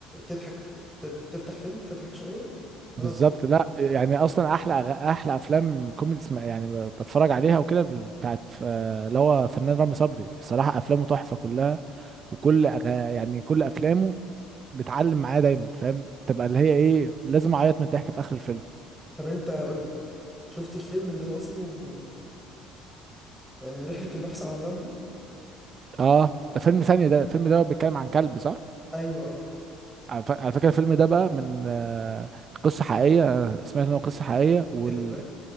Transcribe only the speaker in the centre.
تضحك ت- تفتح فيلم تضحك شوية خلاص
كده
طب انت هقول لك شفت الفيلم اللي هو اسمه آه، رحلة البحث عن رامبو
ايوه اه
ايه ده بجد